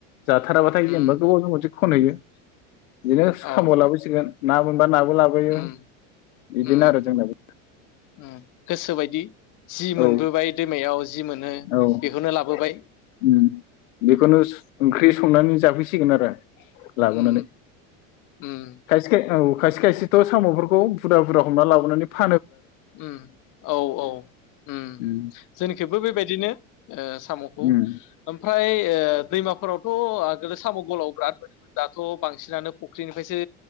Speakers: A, on the left; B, on the left.
A: जाथाराबाथाय जेनेबा
B: उम
A: गोबावजों खनसे खनहैयो। बिदिनो साम'
B: औ
A: लाबोसिगोन ना मोन बा नाबो लाबोयो
B: उम
A: बिदिनो
B: उम
A: आरो जोंनाबो।
B: उम गोसोबायदि जि मोनबोबाय
A: औ
B: दैमायाव जि मोनो
A: औ ओम
B: बेखौनो लाबोबाय
A: बेखौनो ओंख्रि संनानै जाफैसिगोन आरो। लाबोनानै
B: उम उम
A: खायसे खाय औ खायसे खायसेथ' साम'फोर खौ बुरा बुरा हमना लाबोनानै फा
B: ओम औ औ ओम
A: उम
B: जोंनिखैबो बेबायदिनो ओ साम'खौ
A: उम
B: ओमफ्राय ए दैमाफोरावथ आगोलो साम' गलाव बिराद मोनोमोन दाथ' बांसिनानो फ फुख्रिनिफ्रायसो